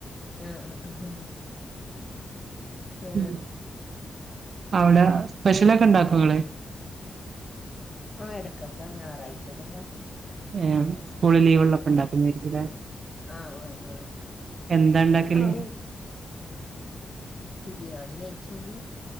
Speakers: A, on the left (about 20°); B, on the right (about 55°).
A: ആ ആഹാ ആ
B: ഉം അവിടെ സ്പെഷലൊക്കെ ഉണ്ടാക്കോ ഇങ്ങളെ
A: ആഹ് എടക്കൊക്കെ ഞാറാഴ്ച്ചയൊക്കെ ഇണ്ടാക്കും
B: ഏ സ്കൂളി ലീവൊള്ളപ്പം ഇണ്ടാക്കുമായിരിക്കുമല്ലേ
A: ആഹ് ആഹ് ആഹ്
B: എന്താ ഉണ്ടാക്കല്
A: അവിടെ ബിരിയാണി നെയ്ച്ചോറ്